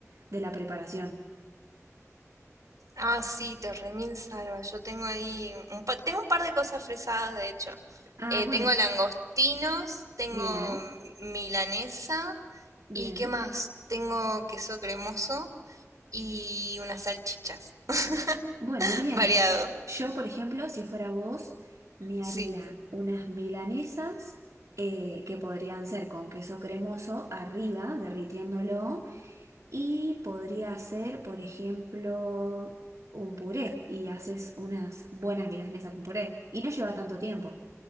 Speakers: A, on the right; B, on the right.
A: de la preparación.
B: Ah, sí, te remil salva. Yo tengo ahí un pa- tengo un par de cosas frisadas, de hecho.
A: Ah,
B: Eh,
A: bueno,
B: tengo langostinos, tengo
A: bien.
B: milanesa
A: Bien,
B: y ¿qué más? Tengo queso cremoso. y unas salchichas.
A: bueno,
B: <laughs>
A: bien.
B: Variado,
A: Sh- Yo, por ejemplo, si fuera vos, me
B: sí.
A: haría unas milanesas eh, que podrían ser con queso cremoso arriba, derritiéndolo, y podría ser, por ejemplo, un puré y haces unas buenas milanesas con puré. Y no lleva tanto tiempo.